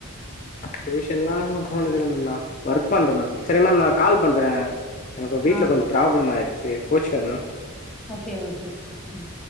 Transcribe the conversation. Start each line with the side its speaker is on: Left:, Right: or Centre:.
Left: டியூஷன் ல்லா ஹ போனதில்ல மென்டா வர்க் பண்ற மேம் சரியா மேம் நா கால் பண்றே எனக் ஒ வீட்ல
Centre: ஆ
Left: கொஞ்சம் ப்ராப்ளம் ஆயிர்ச்சு கோச்சிகாதிங்க
Centre: ஓகே ஓகே ம்